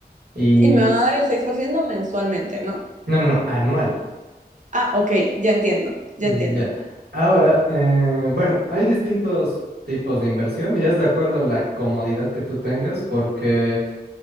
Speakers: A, on the right; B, on the right.
A: Y,
B: Y me van a dar el 6% mensualmente, ¿no?
A: no, no, no, anual.
B: Ah, ok, ya entiendo, ya
A: Ya.
B: entiendo.
A: Ahora, eh, bueno, hay distintos tipos de inversión y es de acuerdo a la comodidad que tú tengas, porque...